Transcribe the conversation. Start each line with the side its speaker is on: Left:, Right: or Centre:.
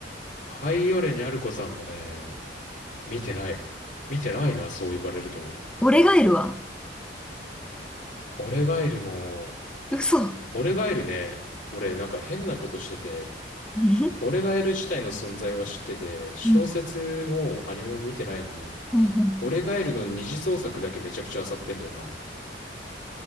Left: ハイオレニャルコさんもね、見てない。見てないな、そう呼ばれると。
Centre: 俺がいるわ。
Left: オレガエルも、
Centre: 嘘。う
Left: オレガエルね、俺なんか変なことしてて、
Centre: ん。
Left: オレガエル自体の存在は知ってて、小説もアニメも見てないのに、
Centre: うん。うんうん
Left: オレガエルの二次創作だけめちゃくちゃ漁ってんだよな。